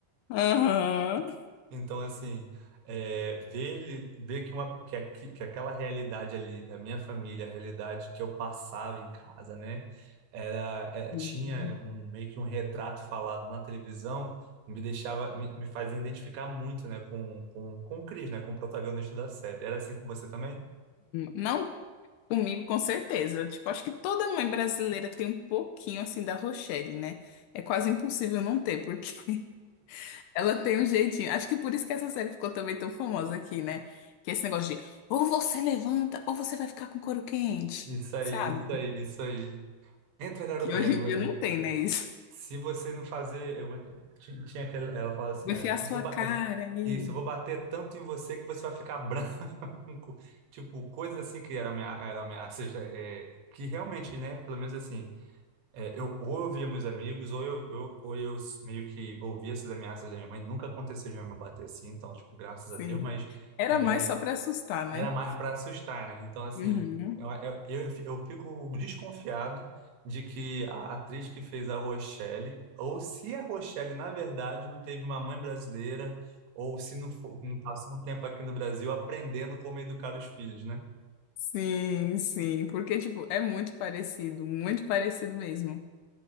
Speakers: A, on the left; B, on the right.
A: Aham.
B: Então, assim, é, ver, ele- ver que, uma, que, a- que aquela realidade ali da minha família, a realidade que eu passava em casa, né? Era, é,
A: Sim.
B: tinha um, meio que um retrato falado na televisão, me deixava, me, me fazia identificar muito, né? Com, com, com o Chris, né? Com o protagonista da série. Era assim com você também?
A: Não Comigo, com certeza. Tipo, acho que toda mãe brasileira tem um pouquinho assim da Rochelle, né? É quase impossível não ter, porque <laughs> ela tem um jeitinho. Acho que por isso que essa série ficou também tão famosa aqui, né? Que é esse negócio de ou você levanta ou você vai ficar com couro quente,
B: Isso aí,
A: sabe?
B: isso aí, isso aí. Entra, garoto.
A: Que
B: É,
A: hoje
B: eu-
A: em dia não tem, né? Isso.
B: se você não fazer. eu- ti- tinha aquela, ela
A: <laughs>
B: fala assim:
A: Vai
B: é,
A: enfiar
B: eu
A: a sua
B: vou ba-
A: cara
B: eu vou-
A: aí.
B: Isso, eu vou bater tanto em você que você vai ficar branco. <laughs> Tipo, coisas assim que eram amea- eram ameaças. é, que realmente, né? Pelo menos assim, é, eu, ou eu via meus amigos, ou eu, eu- ou eu meio que ouvia essas ameaças da minha mãe. Nunca aconteceu de minha mãe bater assim, então, tipo, graças a
A: Sim.
B: Deus, mas.
A: Era
B: é,
A: mais só pra assustar, né?
B: era mais para assustar, né? Então, assim,
A: Uhum.
B: eu, eu, eu eu fico desconfiado de que a atriz que fez a Rochelle, ou se a Rochelle, na verdade, não teve uma mãe brasileira, ou se não, fo- não passou um tempo aqui no Brasil aprendendo como educar os filhos, né?
A: Sim, sim. Porque, tipo, é muito parecido, muito parecido mesmo.